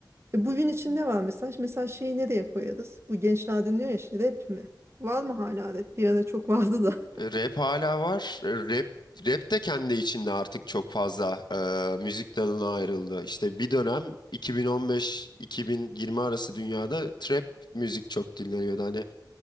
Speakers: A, on the right; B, on the left.
A: E bugün için ne var mesaj? Mesela şeyi nereye koyarız? Bu gençler dinliyor ya işte rap mi? Var mı hala rap? Bir ara çok vardı da.
B: E,
A: <laughs>
B: Rap hala var. E, Rap Rap de kendi içinde artık çok fazla e, müzik dalına ayrıldı. İşte bir dönem iki iki bin on beş bin yirmi arası dünyada trap müzik çok dinleniyordu. Hani